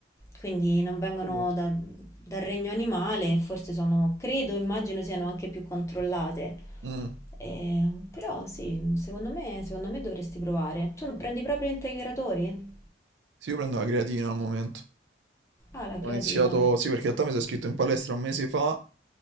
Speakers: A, on the left; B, on the right.
A: quindi non vengono
B: figo.
A: da- dal regno animale, e forse sono, credo, immagino siano anche più controllate.
B: Mm.
A: Eh, però sì, secondo me, secondo me dovresti provare. Tu non prendi proprio integratori?
B: Sì, io prendo la creatina al momento.
A: Ah, la
B: Ho
A: creatina,
B: iniziato, sì, perché in realtà mi sono iscritto in palestra un mese fa